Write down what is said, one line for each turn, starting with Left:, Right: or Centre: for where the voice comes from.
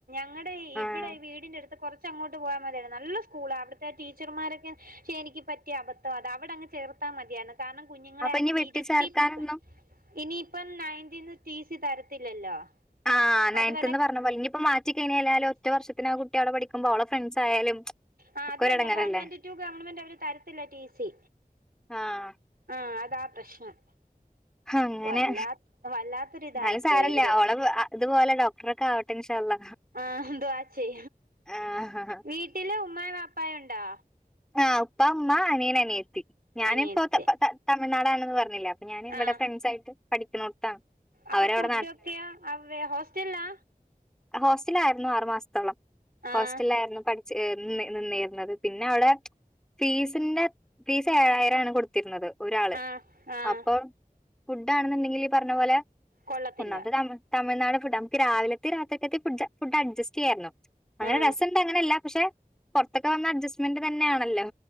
Right: ങ്ങടെ
Centre: ആഹ്
Right: ഇവിടെ ഈ വീടിന്റെ അടുത്ത് കുറച്ച് അങ്ങോട്ട് പോയാ മതി നല്ല സ്കൂളാ അവിടുത്തെ ടീച്ചർമാരൊക്കെ ക്ഷെ എനിക്ക് പറ്റിയ അബദ്ധം അത അവിടെ അങ്ങ് ചേർത്താ മതിയാന്ന് കാരണം കുഞ്ഞുങ്ങളെ
Centre: അപ്പൊ
Right: അവിടെ
Centre: ഇനി വെട്ടിച്ചേർക്കാനൊന്നും
Right: ഇരുത്തി പ ഇനിയിപ്പം നയൻതീന്ന് ടി സി തരത്തില്ലല്ലോ
Centre: ആഹ് നയൻത്ത്ന്ന്
Right: അതുവല്ല
Centre: പറഞ്ഞ പോലെ ഇനിയിപ്പ മാ റ്റി കഴഞ്ഞായാലും ഒറ്റ വർഷത്തിന് ആ കുട്ടികളവിടെ പഠിക്കുമ്പോൾ അവളെ ഫ്രണ്ട്സ് ആയാലും
Right: ആഹ്
Centre: ഒക്കെ
Right: അതുംല്ല
Centre: ഒരു എടങ്ങേറല്ലേ
Right: ഗവൺമെന്റ് ടു ഗവൺമെന്റ് അവര് തരത്തില്ല ടി സി
Centre: ആഹ്
Right: ആഹ് അതാ പ്രശ്നം
Centre: അങ്ങനെ
Right: വല്ലാ വല്ലാത്തൊരി ഇതായിപ്പോയി
Centre: എന്നാലും സാരല്ല
Right: ഇവര്
Centre: ഓളെ ഇതുപോലെ ഡോക്ടറക്കെ ആവട്ടെ ഇൻശാഅള്ള
Right: ആഹ് എതുവാച്ച്യ
Centre: ആഹ്
Right: വീട്ടില് ഉമ്മായും വാപ്പായും ഉണ്ടോ
Centre: ആഹ് ഉപ്പ മ്മ അനിയന് അനിയ ഞാനിപ്പോ
Right: അനിയത്തി
Centre: ത തമിഴ്നാടാണെന്ന് പറഞ്ഞില്ലേ അപ്പൊ ഞാൻ ഇവിടെ
Right: ആഹ്
Centre: ഫ്രണ്ട്സ് ആയിട്ട് പഠിക്കുന്നോടത്താണ്
Right: അപ്പൊ
Centre: അവരവിടെ
Right: ഫുഡ്ഡ്ഒക്കെയ വേ ഹോസ്റ്റലാ
Centre: ഹോസ്റ്റല്ലായിരുന്നു ആറുമാസത്തോളം
Right: ആഹ്
Centre: ഹോസ്റ്റല്ലാരുന്നു പടി ചെ ന്നി നിന്നിർന്നത് പിന്നെ അവടെ ഫീസിന്റെ ഫീസ് ഏഴായിരാണ് കൊടുത്തിരുന്നത് ഒരാള്
Right: ആഹ് ആഹ്
Centre: അപ്പൊ ഫുഡാണെന്നുണ്ടെങ്കിൽ ഈ പറഞ്ഞ പോലെ
Right: കൊള്ളത്തില്ല
Centre: ഒന്നാമ്ത്ത <unintelligible> തമിഴ്നാട് ഫുഡ് നമുക്ക് രാവിലത്തെ രാത്രിതെ ഫുഡ്‌ ഫുഡ്ഡ്ട്ജസ്റ്റ്യ്യായിരുന്നു അങ്ങനെ
Right: ആഹ്
Centre: രസംണ്ട് അങ്ങനെല്ല പക്ഷെ പൊർത്തക്കെ വന്ന അഡ്സ്റ്റ്മെന്റ് തന്നെയാണല്ലോ